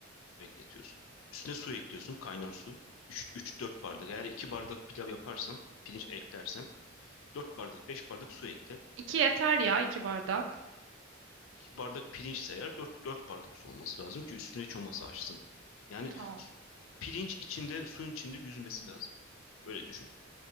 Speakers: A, on the left; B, on the right.
A: bekletiyorsun. Üstüne su ekliyorsun. Kaynar su. üç dört bardak. Eğer 2 bardak pilav yaparsan, pirinç eklersen dört bardak, 5 bardak su ekle.
B: İki yeter ya iki bardak.
A: 2 bardak pirinçse eğer dört dört bardak su olması lazım ki üstüne çoması açsın. Yani
B: Tamam.
A: pirinç içinde, suyun içinde yüzmesi lazım. Öyle düşün.